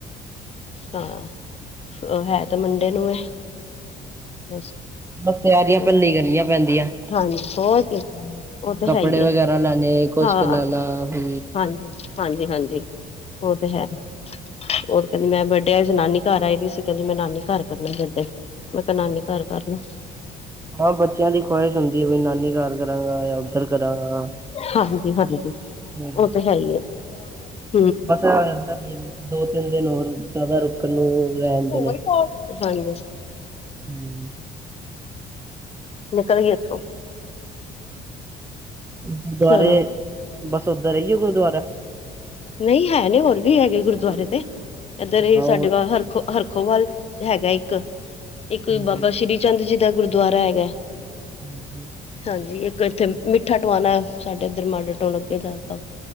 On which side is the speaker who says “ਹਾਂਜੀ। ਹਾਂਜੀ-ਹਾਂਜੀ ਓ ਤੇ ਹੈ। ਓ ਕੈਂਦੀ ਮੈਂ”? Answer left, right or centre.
Left